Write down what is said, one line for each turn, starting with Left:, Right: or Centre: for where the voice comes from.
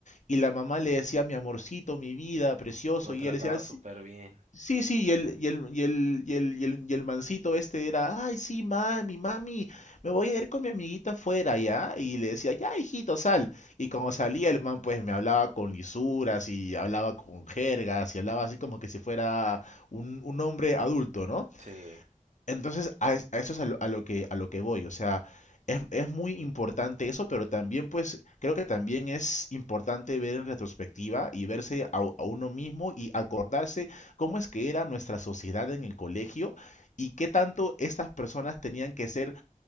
Left: y la mamá le decía, mi amorcito, mi vida, precioso.
Right: Lo
Left: Y
Right: trataba
Left: él decía, "Ah, sí,
Right: súper bien.
Left: sí, sí", Y el, y el, y el, y el, y el, y el mancito este era, ay, sí, mami, mami, me voy a ir con mi amiguita afuera, ¿ya? Y le decía, ya, hijito, sal. Y cuando salía el man, pues me hablaba con lisuras y hablaba con jergas y hablaba así como que si fuera un, un hombre adulto, ¿no?
Right: Sí,
Left: Entonces, a, es- a eso es a lo, a lo que, a lo que voy. O sea, es, es muy importante eso, pero también, pues, creo que también es importante ver en retrospectiva y verse a, u- a uno mismo y acordarse cómo es que era nuestra sociedad en el colegio y qué tanto estas personas tenían que ser